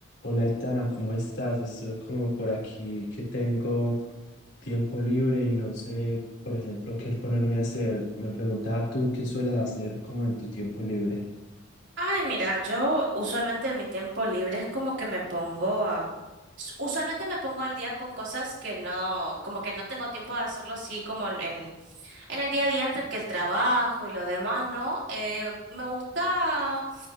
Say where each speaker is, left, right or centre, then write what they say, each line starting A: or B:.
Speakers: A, on the left; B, on the right.
A: Hola, Itana, ¿cómo estás? Estoy como por aquí que tengo tiempo libre y no sé, por ejemplo, qué ponerme a hacer. Me preguntaba tú qué sueles hacer como en tu tiempo libre.
B: Ay, mira, yo usualmente en mi tiempo libre es como que me pongo a... s- Usualmente me pongo al día con cosas que no, como que no tengo tiempo de hacerlo así como en, en, en el día a día antes que el trabajo y lo demás, ¿no? Eh, me gusta,